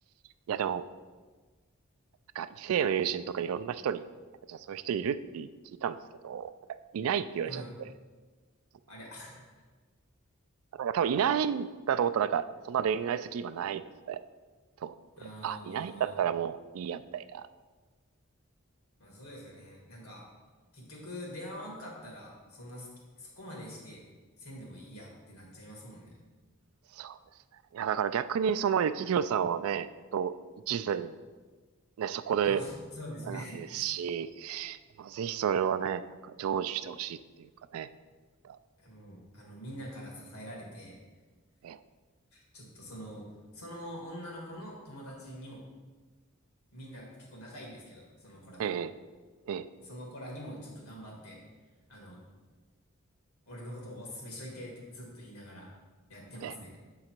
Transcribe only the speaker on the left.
はい。
ありゃ。<laughs> あ
あ。
まあそうですよね。なんか、結局出会わんかったら、そんな好き、そこまでして、せんでもいいやってなっちゃいますもんね。
そう、<laughs> そうですね。
<laughs> もう、あの、みんなから支えられて、
ちょっとその、その女の子の友達にも、みんな結構仲いいんですけど、その子らとも。
その子らにもちょっと頑張って、あの、俺のことをおすすめしといてってずっと言いながらやってますね。